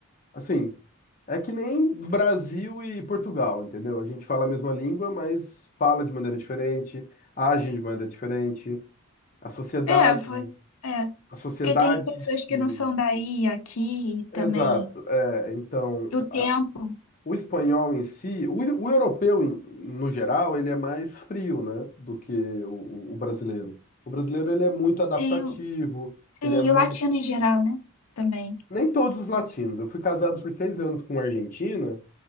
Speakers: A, on the left; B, on the left.
A: assim. É que nem Brasil e Portugal, entendeu? A gente fala a mesma língua, mas fala de maneira diferente, age de maneira diferente. A sociedade,
B: É, foi- É,
A: a sociedade
B: porque tem pessoas que
A: se...
B: não são daí, aqui e também,
A: Exato. É, então,
B: do tempo,
A: a- o espanhol em si, o, o europeu em- no geral, ele é mais frio, né, do que o, o- brasileiro. O brasileiro ele é muito adaptativo,
B: sim o, tem
A: ele é muito.
B: o latino em geral, né? Também,
A: Nem todos os latinos. Eu fui casado por três anos com uma argentina.